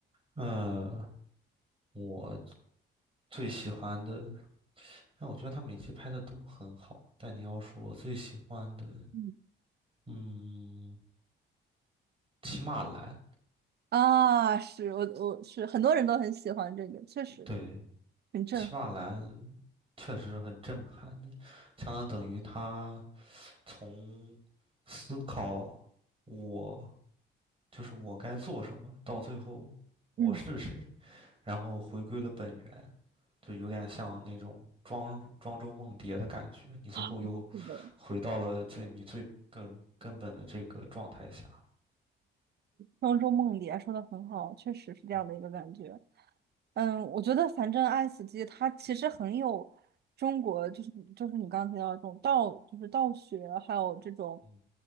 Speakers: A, on the right; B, on the right.
A: 呃，我最喜欢的，但我觉得他每集拍的都很好，但你要说我最喜欢的，
B: 嗯
A: 嗯，骑马兰，
B: 啊，是我我是很多人都很喜欢这个，确实
A: 对，
B: 很震撼。
A: 骑马兰确实是很震撼的，相当等于他从思考我就是我该做什么，到最后我是谁，
B: 嗯，
A: 然后回归了本源。就有点像那种庄庄周梦蝶的感觉，你最后又回到了最你最根根本的这个状态下，
B: 啊，是的。庄周梦蝶说的很好，确实是这样的一个感觉。
A: 嗯
B: 嗯，我觉得反正爱死机它其实很有中国，就是就是你刚刚提到的这种道，就是道学，还有这种
A: 嗯